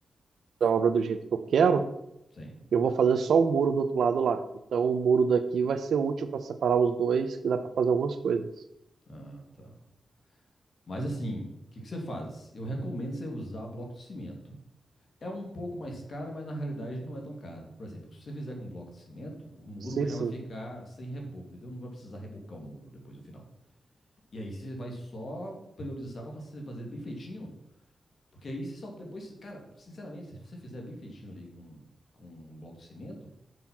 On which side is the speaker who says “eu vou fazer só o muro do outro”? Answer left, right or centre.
Right